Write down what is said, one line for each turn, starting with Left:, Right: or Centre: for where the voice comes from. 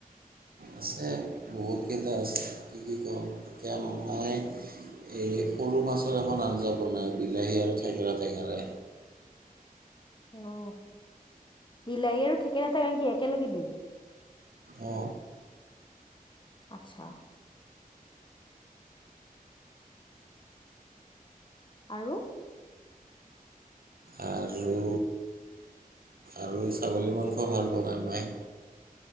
Right: আছে বহুতকেইটা আছে কি কি কওঁ এতিয়া মই এই সৰু মাছৰ এখন আঞ্জা বনায় বিলাহী আৰু থেকেৰা ৰে
Left: ন বিলাহী আৰু থেকেৰা এটা গক কি একেলগে দিয়ে
Right: অ
Left: আচ্ছা। আৰু
Right: আৰু আৰু এই ছাগলী মাংস ভাল বনায় নাই